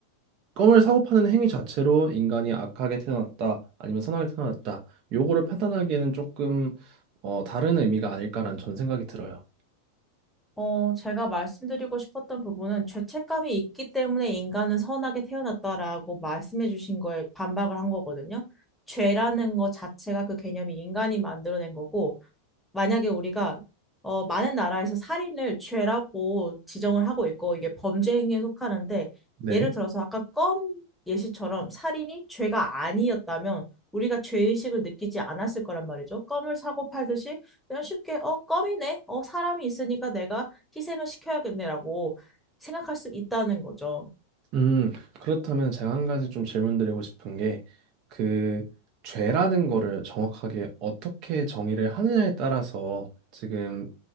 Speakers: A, on the right; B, in the centre.
A: 껌을 사고 파는 행위 자체로 인간이 악하게 태어났다 아니면 선하게 태어났다 요거를 판단하기에는 조금 어, 다른 의미가 아닐까라는 저는 생각이 들어요.
B: 어, 제가 말씀드리고 싶었던 부분은 죄책감이 있기 때문에 인간은 선하게 태어났다라고 말씀해 주신 거에 반박을 한 거거든요. 죄라는 거 자체가 그 개념이 인간이 만들어낸 거고, 만약에 우리가 어, 많은 나라에서 살인을 죄라고 지정을 하고 있고 이게 범죄 행위에 속하는데
A: 네.
B: 예를 들어서 아까 껌 예시처럼 살인이 죄가 아니었다면 우리가 죄의식을 느끼지 않았을 거란 말이죠. 껌을 사고 팔듯이 그냥 쉽게 어 껌이네. 어 사람이 있으니까 내가 희생을 시켜야겠네라고 생각할 수 있다는 거죠.
A: 음, 그렇다면 제가 한 가지 좀 질문드리고 싶은 게, 그, 죄라는 거를 정확하게 어떻게 정의를 하느냐에 따라서 지금,